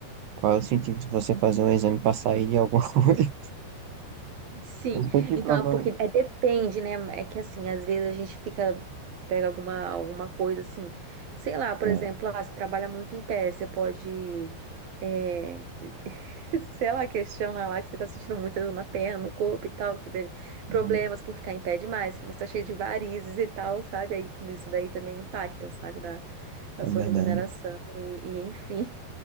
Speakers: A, on the right; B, on the right.
A: qual é o sentido de você fazer um exame para sair de alguma <laughs> coisa.
B: Sim,
A: Eu tenho que
B: então
A: provar.
B: é porque é, depende, né? É que assim, às vezes a gente fica, pega alguma, alguma coisa assim, sei lá, por
A: É,
B: exemplo, ah, você trabalha muito em pé, você pode, é, <laughs> sei lá, questiona lá que você tá sentindo muita dor na perna, no corpo e tal, que você teve
A: uhum,
B: problemas por ficar em pé demais, que você tá cheio de varizes e tal, sabe? Aí tudo isso daí também impacta, sabe, na, na
A: é
B: sua
A: verdade,
B: remuneração e, e enfim.